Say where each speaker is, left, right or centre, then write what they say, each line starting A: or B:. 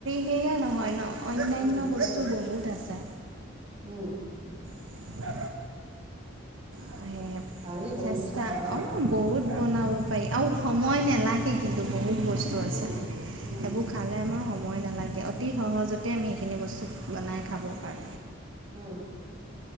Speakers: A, on the right (about 75°); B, on the right (about 30°).
A: হেয়া নহয় ন অন্যয়ান্য
B: উম
A: বস্তু
B: উম
A: বহুত আছে।
B: উম
A: <unintelligible> সেহে
B: পাৰি বহুত
A: চেষ্টা
B: বস্তু খাব
A: অ'
B: পাৰি
A: বহুত বনাব পাৰি। আৰু সময় নালাগে কিন্তু বহুত বস্তু আছে
B: উম উম
A: সেইবোৰ খালে আমাৰ সময় সময় নালাগে অতি সহজতে আমি এইখিনি বস্তু বনাই খাব পাৰোঁ।
B: উম।